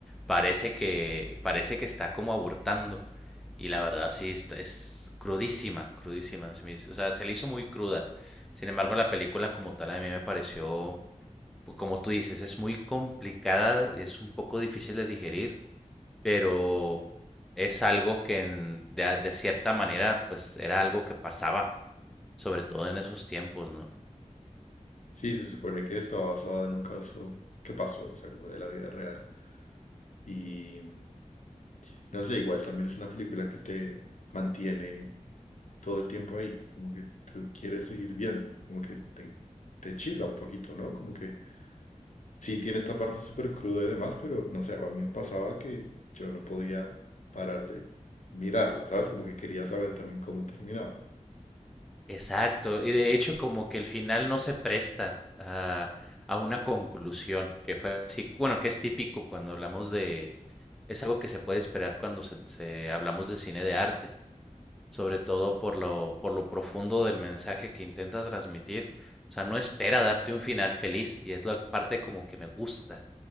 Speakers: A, in the centre; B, on the left.
A: parece que parece que está como abortando y la verdad sí está- es crudísima, crudísima, se me hizo- o sea, se le hizo muy cruda. Sin embargo, la película como tal a mí me pareció, pu- como tú dices, es muy complicada, es un poco difícil de digerir, pero es algo que en- de, de cierta manera pues era algo que pasaba, sobre todo en esos tiempos, ¿no?
B: Sí, se supone que está basada en un caso que pasó, o sea, como de la vida real. Y mm, no sé, igual también es una película que te mantiene todo el tiempo ahí, como que tú quieres seguir viendo, como que te, te hechiza un poquito, ¿no? Como que sí tiene esta parte súper cruda y demás, pero no sé, a mí me pasaba que yo no podía parar de mirarla, ¿sabes? Como que quería saber también cómo terminaba.
A: Exacto, y de hecho como que el final no se presta a, a una conclusión, que fue así, bueno, que es típico cuando hablamos de, es algo que se puede esperar cuando se, se- hablamos de cine de arte, sobre todo por lo, por lo profundo del mensaje que intenta transmitir, o sea, no espera darte un final feliz, y es la parte como que me gusta,